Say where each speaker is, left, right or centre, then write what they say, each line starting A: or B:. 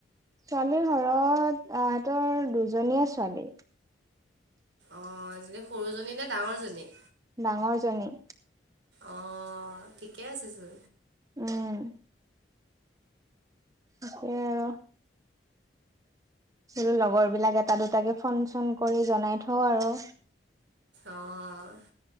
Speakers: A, on the right (about 20°); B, on the right (about 85°).
A: ছোৱালীৰ ঘৰত আহহঁতৰ দুজনীয়ে ছোৱালী।
B: অ', এজনী সৰু জনী নে ডাঙৰ জনী।
A: ডাঙৰ জনী।
B: অ', ঠিকে আছে চো।
A: উম। সেই আৰু। বলো লগৰ বিলাক এটা দুটাকে ফোন চোন কৰি জনাই থওঁ আৰু।
B: অ'।